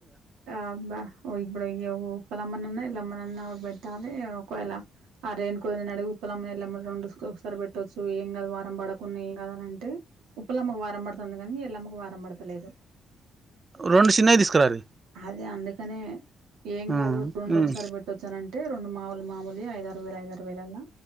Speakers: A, on the right; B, on the right.
A: ఆబ్బా ఇప్పుడు పనమ్మనన్న ఇంట్లో అమనన్న పెట్టాలి ఒకవేళ ఆ రేన్ కోదిని అడిగి ఉప్పులమ్మని ఎళ్ళమ్మ రెండు ఒకసారి పెట్టొచ్చు ఏం కాదు వారం పడకుండా ఏం కాదనంటే ఉప్పుల అమ్మకు వారం పడుతుంది కానీ ఎల్లమ్మకు వారం పడతలేదు
B: రొండు సిన్నవి తీసుకురారి
A: అదే అందుకనే ఏం
B: హ్మ్.
A: కాదు రెండు
B: హ్మ్.
A: ఒకసారి పెట్టొచ్చానంటే రెండు మ మాములు మామూలుది ఐదారు వేలు ఐదారు వేలలా